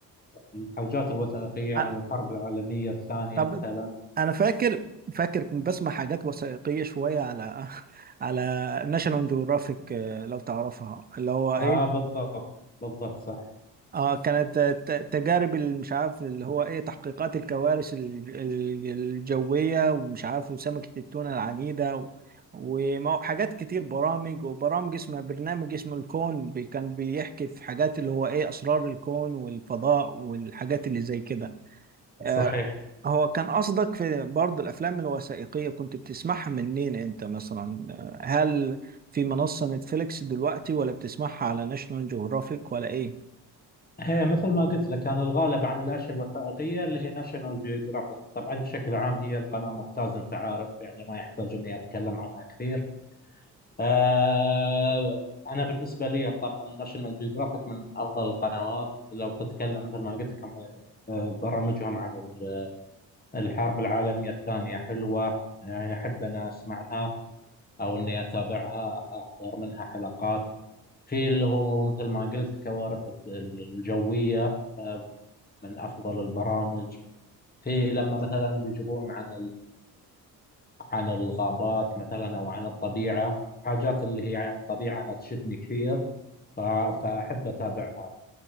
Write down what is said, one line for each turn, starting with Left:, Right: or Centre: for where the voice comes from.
Left: الحاجات الوثائقيه
Right: آه،
Left: عن الحرب العالميه الثانيه
Right: طب
Left: مثلا
Right: انا فاكر فاكر كنت بسمع حاجات وثائقية شوية على <laughs> على ناشونال جيوغرافيك لو تعرفها اللي هو
Left: اه
Right: ايه
Left: بالضبط بالضبط صحيح
Right: اه كانت ت- تجارب ال- مش عارف اللي هو ايه تحقيقات الكوارث ال- ال- الجوية ومش عارف وسمكة التونة العنيدة و- ومو- حاجات كتير برامج وبرامج اسمها برنامج اسمه الكون بي- كان بيحكي في حاجات اللي هو ايه اسرار الكون والفضاء والحاجات اللي زي كده
Left: صحيح
Right: آه هو كان قصدك في برضه الافلام الوثائقية كنت بتسمعها منين انت مثلا آه، هل في منصة نتفليكس دلوقتي ولا بتسمعها على ناشونال جيوغرافيك ولا ايه؟
Left: هي مثل ما قلت لك كان الغالب عن الاشياء الوثائقيه اللي هي ناشونال جيوغرافيك طبعا بشكل عام هي القناه ممتازه انت عارف يعني ما يحتاج اني اتكلم عنها كثير آه انا بالنسبه لي طبعا ناشونال جيوغرافيك من افضل القنوات لو تتكلم مثل ما قلت لك عن- آه، برامجهم عن ال- الحرب العالميه الثانيه حلوه يعني احب انا اسمعها او اني اتابعها احضر منها حلقات في اللي هو مثل ما قلت كوارث الجويه آه، من افضل البرامج في لما مثلا بيجيبون عن عن الغابات مثلا او عن الطبيعه حاجات اللي هي عن الطبيعه انا تشدني كثير ف- فاحب اتابعها